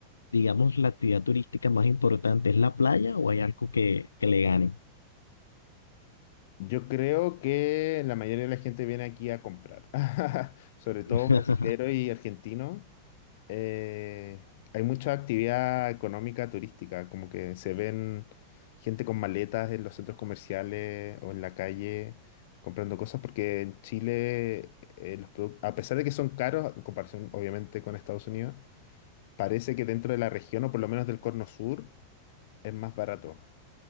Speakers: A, on the left (about 80°); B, on the left (about 60°).
A: digamos, la actividad turística más importante, ¿es la playa o hay algo que, que le gane?
B: yo creo que la mayoría de la gente viene aquí a comprar, <laughs> sobre todo
A: <laughs>
B: brasileños y argentinos. eh, hay mucha actividad económica turística, como que se ven gente con maletas en los centros comerciales o en la calle comprando cosas, porque en Chile, eh, los produ- a pesar de que son caros, en comparación obviamente con Estados Unidos, parece que dentro de la región, o por lo menos del Cono Sur, es más barato.